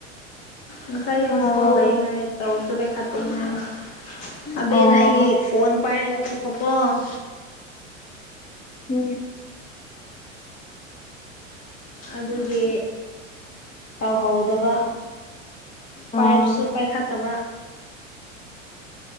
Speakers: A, on the left; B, on the left.
A: ꯉꯁꯥꯏꯁꯤꯡ
B: ꯑꯣ
A: ꯁ꯭ꯀꯣꯜ ꯂꯩ ꯍꯥꯏ ꯇꯧꯔꯁꯨ ꯄꯩꯈꯥ ꯇꯦ ꯍꯥꯏ ꯑꯕꯦꯅ
B: ꯑꯣ
A: ꯑꯩꯒꯤ ꯐꯣꯟ ꯄꯥꯏꯅꯒꯆꯥ ꯄꯄ
B: ꯎꯝ
A: ꯑꯗꯨꯒꯤ ꯇꯧꯍꯧꯗꯕ
B: ꯑꯣ
A: ꯄꯥꯏꯁꯨ ꯄꯥꯏꯈꯥ ꯇ